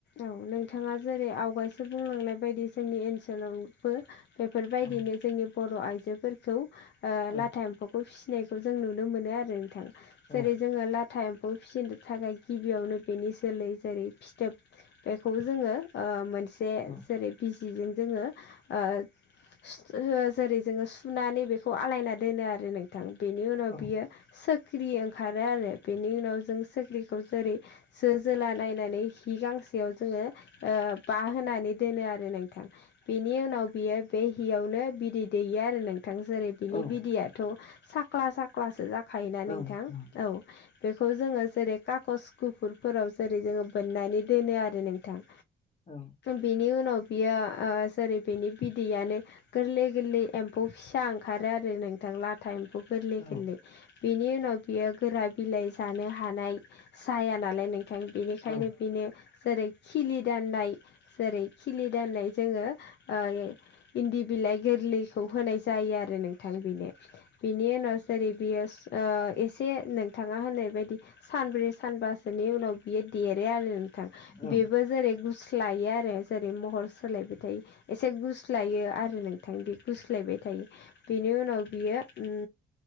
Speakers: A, on the left (about 60°); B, on the left (about 35°).
A: औ नोंथाङा जेरै आवगायसो बुंलांनाय बायदि जोंनि ओनसोलाव बो बेफोरबायदिनो
B: औ
A: जोंनि बर' आइजोफोरखौ ओ
B: औ
A: लाथा ए म्फौखौ फिसिनायखौ जों नुनो मोनो आरो नोंथां जेरै
B: औ
A: जोङो ला था‌ एम्फौ फिसिनो थाखाय गिबियावनो बेनि जोलै जेरै फिथोब बेखौबो जोङो ओ मोनसे
B: औ
A: जेरै बिजिजों जोङो ओ <unintelligible> जेरै जोङो सुनानै बे खौ आलायना दोनो आरो नोंथां बेनि उनाव
B: औ
A: बियो सो ख्रि ओंखारो आरो बेनि उनाव जों सोख्रिखौ जेरै जो जोला नायनानै हि गांसेयाव जोङो ओ बा होनानै दोनो आरो नों थां बेनि उनाव बियो बे हिआवनो बिदै दैयो आरो नोंथां जेरै बिनि
B: ओं
A: बिदैयाथ' साक्ला साक्लासो जाखायोना नोंथां
B: ओं ओं ओं
A: औ बे खौ जोङो जेरै कागस गुफुरफोराव जेरै जोङो बोननानै दोनो आरो नोंथां।
B: औ
A: बिनि उनाव बियो ओ जेरै बिनि बिदैयानो गोरलै गोरलै एम्फौ फिसा ओंखारो आरो नोंथां लाथा एम्फौ गोरलै
B: औ ओं
A: गोरलै बिनि उनाव बियो गोरा बिलाइ जानो हानाय जाया नालाय नों थां‌ बेनिखायनो
B: ओं औ
A: बिनो जेरै खिलि दाननाय जेरै खिलि दाननाय जोङो ओ इन्दि बिलाइ गोरलैखौ होनाय जायो आरो नोंथां बेनो बिनि उनाव जेरै बियो ओ एसे नोंथाङा होननाय बायदि सानब्रै सानबा सोनि उनाव बियो देरो आरो नोंथां
B: ओं
A: बेबो जेरै गुस स्लायो आरो जेरै महर सोलायबायथायो एसे गुस्लायो आरो नों थां बे गुस्लायबाय थायो बेनि उनाव बियो उम